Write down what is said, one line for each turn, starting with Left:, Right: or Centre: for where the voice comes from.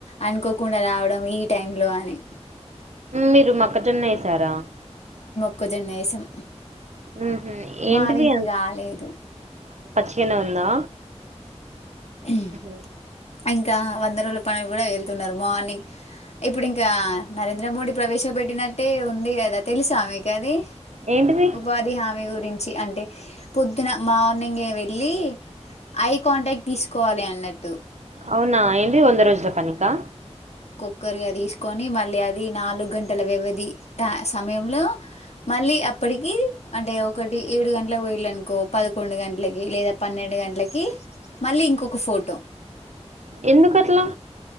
Left: అనుకోకుండా రావడం, ఈ టైంలో అన్. ని
Right: మీరు మొక్కజొన్న ఏసారా.
Left: క్కోజన్న ఏసాం.
Right: ఉహు
Left: మావింక
Right: ఏంటిది
Left: గాలేదు.
Right: చిగనే ఉందా,
Left: హ్మ్.
Right: ఊహు
Left: ఇంకా వంద రోజుల పని గూడా ఎళ్తున్నరు. మార్నింగ్, ఇప్పుడు ఇంకా నరేంద్ర మోడీ. ప్రవేశపెట్టినట్టే ఉంది గదా, తెలుసా మీకు అది
Right: ఏంటిది
Left: ఉపాధి హామీ గురింన్. చి అంటే పొద్దున మార్నింగే వెళ్ళీ. ఐ కాంటాక్ట్ తీసుకోవాలి అన్నట్టు.
Right: అవునా ఏంది వంద రోజుల పనికా.
Left: ఒకరిగా తీసుకొని మళ్ళీ అది నాలుగు గంటల వ్యవధి త సమయంలో మళ్ళీ అప్. ప్పటికి అంటే ఒకటి ఏడు గంటలకు పోయిల్లంకో. పదకొండు గంటలకి లేదా పన్నెండు గంటలకి మళ్ళీ ఇంకొక ఫోటో.
Right: ఎందుకట్లా.